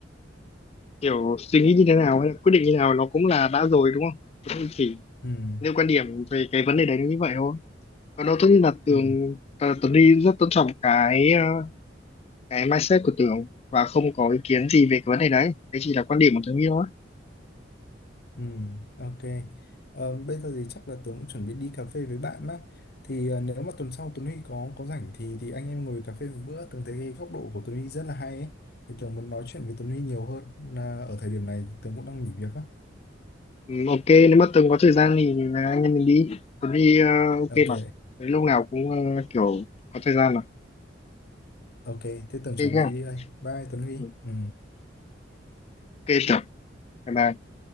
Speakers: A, on the left (about 35°); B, on the left (about 55°).
A: kiểu suy nghĩ như thế nào hay là quyết định như thế nào nó cũng là đã rồi đúng không Cũng chỉ
B: ừ
A: nêu quan điểm về cái vấn đề đấy như vậy thôi còn đâu tất nhiên là Tường
B: ừ
A: Tờ- Tuấn đi rất tôn trọng cái ờ, cái mindset của Tường và không có ý kiến gì về cái vấn đề đấy đấy chỉ là quan điểm của Tường đi thôi
B: Ừ, ok. Ờ, bây giờ thì chắc là Tường cũng chuẩn bị đi cà phê với bạn á. Thì ờ, nếu mà tuần sau Tuấn Huy có có rảnh thì thì anh em ngồi cà phê một bữa. Tường thấy cái góc độ của Tuấn Huy rất là hay ấy. Thì Tường muốn nói chuyện với Tuấn Huy nhiều hơn. Là ở thời điểm này Tường cũng đang nghỉ việc á.
A: Ừ, Ok nếu mà Tường có thời gian thì à, anh em mình đi Tuấn đi ờ, ok
B: Ok,
A: mà Tới lúc nào cũng ờ, kiểu có thời gian mà
B: ok. Thế Tường chuẩn
A: Ok nhá
B: bị đi đây. Bye Tuấn Huy.
A: Ừ, Ok,
B: Ừ.
A: ok Tường bye bye